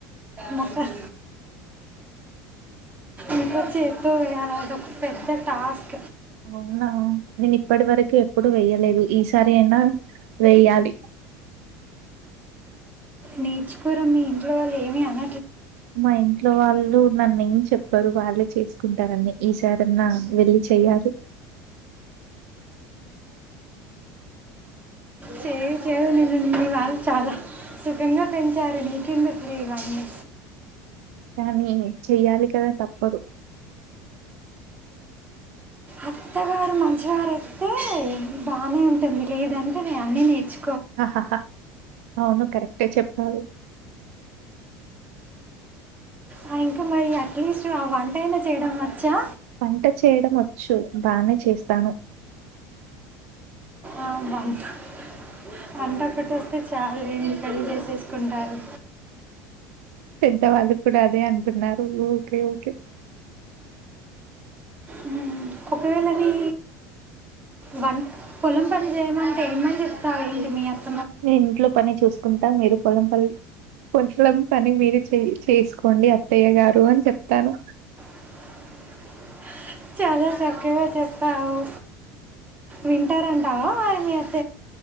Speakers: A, on the right; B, on the right.
A: మొక్క <inaudible> ఇంక చేత్తో వేయాలదొక పెద్ద టాస్క్
B: అవునా నేను ఇప్పటి వరకీ ఎప్పుడు వెయ్యలేదు ఈసారి అయినా వెేయ్యాలి <inaudible>
A: నేర్చుకోరా మీ ఇంట్లో వళ్ళు ఏమీ అన
B: మా ఇంట్లో వాళ్ళు నన్నేం చెప్పరు వాళ్ళే చేసుకుంటారన్నీ ఈసారన్నా వెళ్ళి చెయ్యాలి
A: చే చేవు నిన్ను మీ వాళ్ళు చాలా సుఖంగా పెంచారు నీకెందుకులే ఇవన్ని
B: కానీ చెయ్యాలి కదా తప్పదు
A: అత్తగారు మంచివారొత్తే బానే ఉంటుంది లేదంటే నే అన్నీ నేర్చు
B: ఆహాహా అవును కరెక్టే చెప్పావు
A: ఆ ఇంకా మరి అట్లీస్ట్ ఆ వంటైనా చేయడం వచ్చా
B: వంట చేయడం వచ్చు బానే చేస్తాను.
A: ఆ వం ట్హ్ వంట ఒకటి వస్తే చాలేండి పెళ్ళి జేసేసుకుంటారు.
B: పెద్దవాళ్ళు కూడా అదే అంటున్నారు ఊకే ఊకే
A: ఉహ్మ్ ఒకవేళ ని వన్ పొలం పని జేయమంటే ఏమన్ జేప్తావు ఏంటి మీ యాత్
B: నీన్ ఇంట్లో పని చూసుకుంటాం మీరు పొలం పల్లి కొచలం పని మీరు చె చేసుకోండి అత్తయ్య గారు అని చెప్తాను.
A: <inaudible> చాలా చక్కగా చెప్పావు వింటర్ అంటావా. మీ అత్